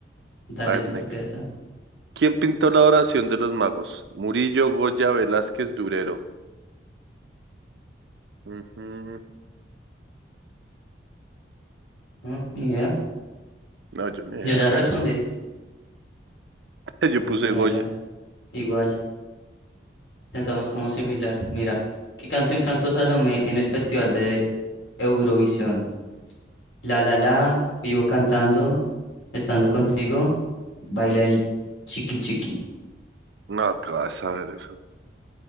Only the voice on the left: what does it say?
Dale,
te
toca esa.
¿No? Ni idea.
Yo
ya respondí.
Mm,
Paila,
igual. Pensamos como similar. Mira, ¿qué canción cantó Salomé en el Festival de Eurovisión? La la la, vivo cantando, estando contigo, baila el chiqui chiqui.